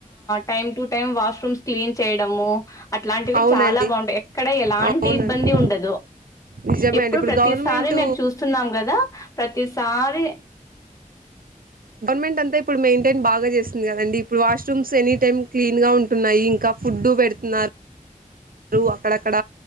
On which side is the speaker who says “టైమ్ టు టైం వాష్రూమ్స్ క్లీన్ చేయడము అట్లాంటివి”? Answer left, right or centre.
Left